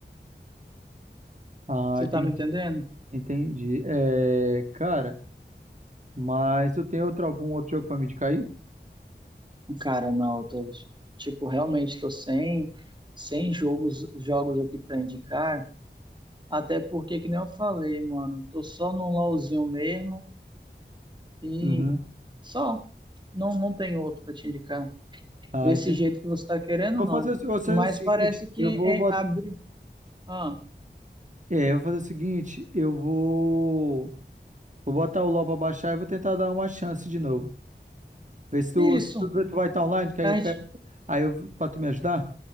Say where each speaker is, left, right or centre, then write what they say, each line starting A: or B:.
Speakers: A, on the right (about 45°); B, on the right (about 25°).
A: Ah,
B: Você
A: entendi,
B: tá me entendendo?
A: entendi. É, cara, mas tu tem outro, algum outro jogo pra me indicar aí?
B: Cara, não, eu tô, tipo, realmente tô sem, sem jogos, jogos aqui pra indicar, até porque, que nem eu falei, mano, tô só num LOLzinho mesmo e
A: Uhum.
B: só, não, não tem outro pra te indicar,
A: Ah,
B: desse
A: entendi.
B: jeito que você tá querendo,
A: Eu
B: não,
A: vou fazer o, eu sei
B: mas
A: o seguinte,
B: parece que
A: eu vou
B: é,
A: botar,
B: abre, ah,
A: é, eu vou fazer o seguinte, eu vou Vou botar o LOL pra baixar e vou tentar dar uma chance de novo. Ver se tu,
B: isso,
A: se tu, tu vai estar online, que aí
B: a
A: eu pego.
B: gente,
A: Aí eu, pra tu me ajudar?